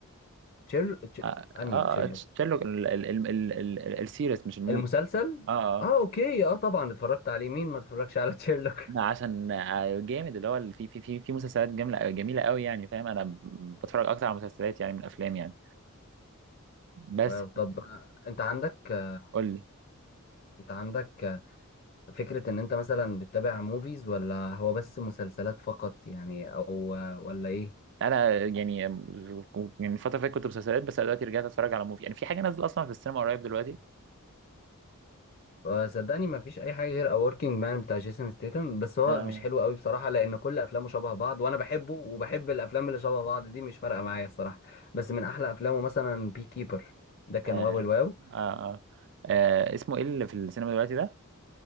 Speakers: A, on the left (about 45°); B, on the right (about 55°).
A: تشيرل تش...
B: اه
A: أنهي
B: آه،
A: تشيرلوك
B: شيرلوك ال- ال- ال- ال- ال- السيريس مش الموفي
A: المسلسل
B: اه
A: اه
B: اه
A: اوكي اه طبعا اتفرجت عليه مين ما اتفرجش على تشيرلوك
B: أنا عشان آه، جامد اللي هو ال- في في في في مسلسلات جميله جميله قوي يعني فاهم انا ب- بتفرج اكتر على مسلسلات يعني من افلام يعني
A: <laughs>
B: بس
A: واو طب آه، انت عندك آه،
B: قول لي
A: انت عندك آه، فكرة ان انت مثلا بتتابع موفيز ولا هو بس مسلسلات فقط يعني او آه، ولا ايه
B: انا يعني يعني الفتره اللي فاتت كنت مسلسلات بس أنا دلوقتي رجعت اتفرج على موفي يعني في حاجه نازله اصلا في السينما قريب دلوقتي
A: آه، صدقني ما فيش اي حاجة غير A Working Man بتاع جيسون ستيتم بس هو
B: آه
A: مش حلو قوي بصراحة لان كل افلامه شبه بعض وانا بحبه وبحب الافلام اللي شبه بعض دي مش فارقة معايا الصراحة بس من احلى افلامه مثلا بي كيبر ده كان
B: آه
A: واو الواو
B: آه, آه, آه اسمه ايه اللي في السينما دلوقتي ده؟